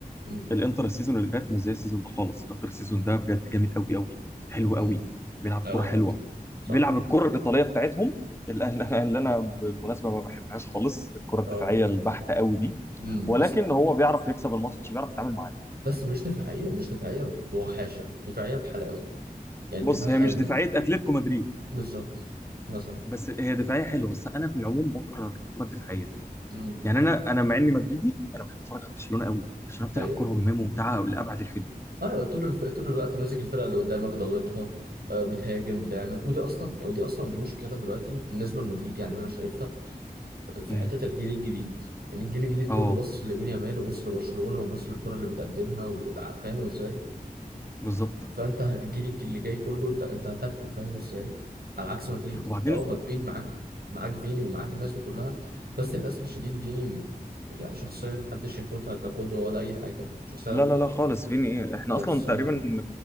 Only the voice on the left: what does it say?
الانتر السيزون اللي فات مش زي السيزون ده خالص الانتر السيزون ده بجد جامد قوي قوي حلو
قوي بيلعب كرة
حلوة
بيلعب الكرة الإيطالية بتاعتهم اللي <laughs> اللي أنا بالمناسبة ما بحبهاش خالص الكرة الدفاعية
البحتة قوي دي
ولكن
هو بيعرف يكسب الماتش بيعرف يتعامل معاه
بص
هي مش دفاعية أتلتيكو مدريد
بس هي دفاعية حلوة بس أنا في العموم بكره الكرة الدفاعية
يعني أنا أنا مع إني مدريدي أنا بحب أتفرج على برشلونة قوي برشلونة بتلعب
كرة هجومية ممتعة لأبعد الحدود
أمم.
اه
بالظبط
وبعدين
لا لا لا خالص فيني ايه احنا
اصلا تقريبا من